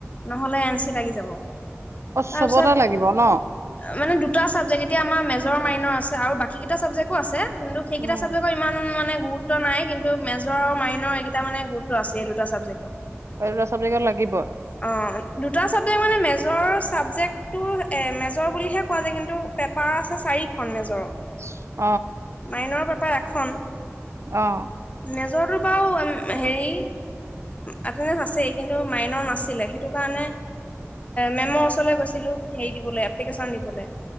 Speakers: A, on the left; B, on the right.
A: নহ'লে এন চি লাগি যাব
B: অ'
A: তাৰপিছত
B: চবতে লাগিব ন?
A: মানে দুটা চাবজেক্ট এতিয়া আমাৰ মেজৰ মাইনৰ আছে আৰু বাকীকেইটা চাবজেক্টো আছে। কিন্তু সেইকেইটা
B: উম
A: চাবজেক্টৰ ইমান মানে গুৰুত্ব নাই কিন্তু মেজৰ আৰু মাইনৰ এইকেইটা মানে গুৰুত্ব আছে এই দুটা চাবজেক্টৰ
B: এই দুটা চাবজেক্টৰ লাগিব।
A: অ', দুটা চাবজেক্ট মানে মেজৰ চাবজেক্টটো এ মেজৰ বুলিহে কোৱা যায় কিন্তু পেপাৰ আছে চাৰিখন মেজৰৰ
B: <unintelligible>
A: মাইনৰ পেপাৰ পেপাৰ এখন।
B: অ'।
A: মেজৰটোৰ বাৰু হেৰি এটেণ্ডেঞ্চ আছেই কিন্তু মাইনৰ নাছিলে সেইটো কাৰণে মেমৰ ওচৰলৈ গৈছিলোঁ। হেৰি দিবলৈ এপ্লিকেচন দিবলৈ